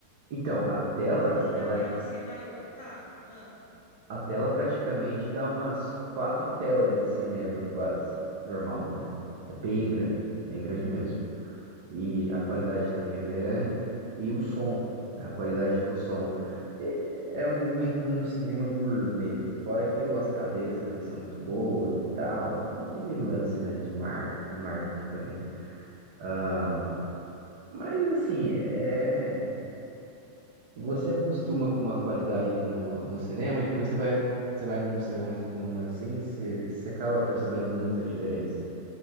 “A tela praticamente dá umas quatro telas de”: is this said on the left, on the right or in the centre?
Right